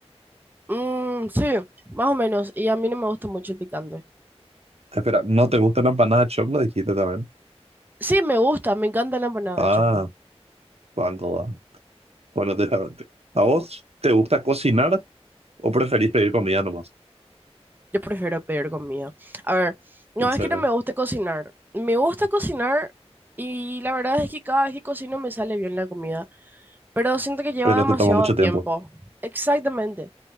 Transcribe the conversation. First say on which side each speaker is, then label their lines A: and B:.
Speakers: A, on the right; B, on the right.
A: Mm, sí, más o menos. Y a mí no me gusta mucho el picante.
B: Espera, ¿no te gustan las empanadas de choclo? Dijiste también.
A: Sí, me gusta, me encanta la empanada
B: Ah,
A: de choclo.
B: cuando va. Bueno, te ¿A vos te gusta cocinar o preferís pedir comida nomás?
A: Yo prefiero pedir comida. A ver, no
B: En serio.
A: es que no me guste cocinar. Me gusta cocinar y la verdad es que cada vez que cocino me sale bien la comida. pero siento que lleva
B: Pero
A: demasiado
B: te toma mucho
A: tiempo.
B: tiempo.
A: Exactamente.